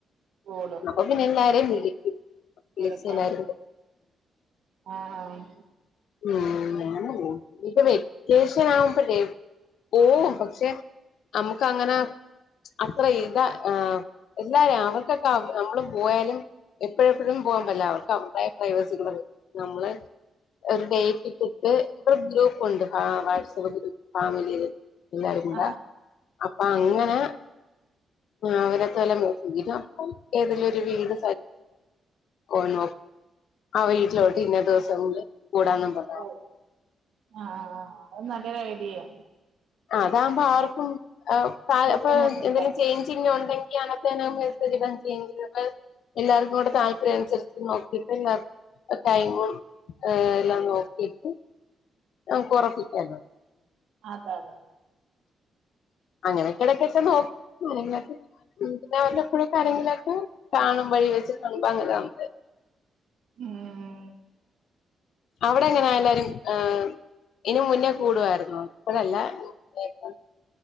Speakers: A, on the right; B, on the left.
A: ഓടും
B: അപ്പം പിന്നെല്ലാരെയും വിളിക്കും വിളിച്ച്
A: വിളിക്കാൻ
B: എല്ലാരും
A: പറ്റും ആഹ് ആഹ്
B: ഉം ഇപ്പേ വെ കേശനാവുമ്പല്ലെ പോവും പക്ഷെ നമുക്ക് അങ്ങനെ അത്ര ഇതാ എല്ലാരും അവർക്കൊക്കെ നമ്മള് പോയാലും എപ്പോഴെപ്പോഴും പോകാൻ പറ്റില്ല അവർക്ക് അവര്ടെ പ്രൈവസികള് നമ്മള് ഒരു ഡേറ്റ് ഇട്ടിട്ട് ഇപ്പം ഗ്രൂപ്പുണ്ട് ആ വാട്സപ്പ് ഗ്രൂപ്പ് ഫാമിലിയിൽ ഇല്ലാരന്താ
A: ആ
B: അപ്പൊ അങ്ങനെ അവനത്പോലെ നോക്കി ഇത് ഏതെങ്കിലും ഒരു വീട് ഓ <unintelligible> ആ വീട്ടിലോട്ട് ഇന്ന ദിവസം കൂടാന്നും പറഞ്
A: ഓ ആഹ് ആഹ് അത് നല്ലൊരു ഐഡിയെ
B: ആ അതകുമ്പോ ആർക്കും ആഹ്
A: ബുദ്ധിമുട്ടില്ല
B: അപ്പം എന്തെങ്കിലും ചേഞ്ചിങ് ഉണ്ടെങ്ക്യാണ് <unintelligible> മെസെജ്ടാൻ <unintelligible> എല്ലാവർക്കുംടെ താല്പര്യം അനുസരിച്ച് നോക്കിട്ട് <unintelligible> ടൈമും എല്ലാം നോക്കിട്ട് നമുക്ക് ഒറപ്പിക്കാല്ലോ
A: അത അത
B: അങ്ങനെയൊക്കെ ഇടക്കൊക്കെ നോക്കും എന്നിട്ട് ഉം രാവിലെ എപ്പയോ <unintelligible> കാണുമ്പയേ <unintelligible> അങ്ങനാവും
A: ഉം
B: അവിടെ എങ്ങനെ എല്ലാരും ആഹ് ഇതിന് മുന്നേ കൂടുവായിരുന്നോ ഇപ്പഴല്ല മുന്നേ ഒക്കെ